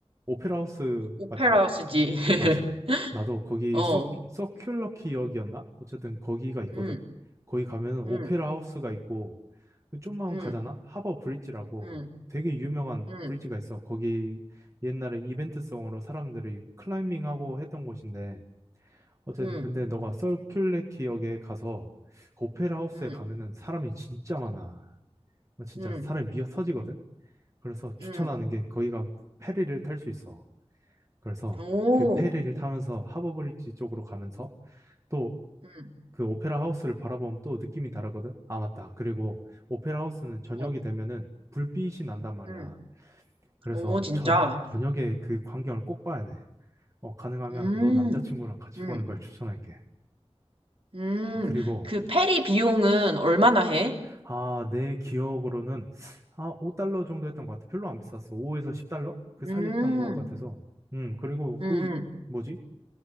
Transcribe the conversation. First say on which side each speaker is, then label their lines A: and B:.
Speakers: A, on the right; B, on the right.
A: 오페라 하우스
B: 오페라
A: 맞지?
B: 하우스지. <laughs>
A: 맞지? 나도 거기
B: 어,
A: 서, 서큘러 키역이었나? 어쨌든 거기가 있거든.
B: 응,
A: 거기 가면은
B: 응,
A: 오페라 하우스가 있고 그 좀만
B: 응,
A: 가잖아? 하버 브릿지라고
B: 응,
A: 되게 유명한
B: 응,
A: 브릿지가 있어. 거기 옛날에 이벤트성으로 사람들이 클라이밍하고 했던 곳인데 어쨌든
B: 응,
A: 근데 너가 서큘러 키역에 가서 그 오페라 하우스에
B: 응.
A: 가면은 사람이 진짜 많아. 진짜
B: 음,
A: 사람이 미어 터지거든. 그래서 추천하는
B: 음,
A: 게 거기가 페리를 탈 수 있어. 그래서
B: 오,
A: 그 페리를 타면서 하버브리지 쪽으로 가면서 또
B: 음,
A: 그 오페라 하우스를 바라보면 또 느낌이 다르거든. 아, 맞다. 그리고 오페라 하우스는 저녁이
B: 어,
A: 되면은 불빛이 난단 말이야.
B: 음,
A: 그래서
B: 오, 진짜.
A: 전, 저녁에 그 광경을 꼭 봐야 돼. 어, 가능하면
B: 음,
A: 너 남자친구랑 같이
B: 음,
A: 보는 걸 추천할게.
B: 음.
A: 그리고
B: 그 페리 비용은 얼마나 해?
A: 아, 내 기억으로는 아, 5달러 정도 했던 것 같아. 별로 안 비쌌어. 5에서 10달러? 그
B: 음,
A: 사이였던 것 같아서. 음, 그리고
B: 음,
A: 그
B: 음,
A: 뭐지?